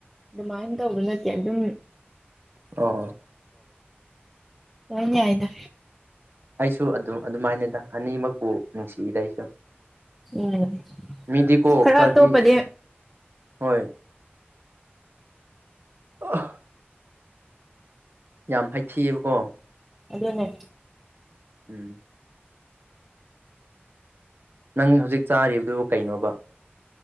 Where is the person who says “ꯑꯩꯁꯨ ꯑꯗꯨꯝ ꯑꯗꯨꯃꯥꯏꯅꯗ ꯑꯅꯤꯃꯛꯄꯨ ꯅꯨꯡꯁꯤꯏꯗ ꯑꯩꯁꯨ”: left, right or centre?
Right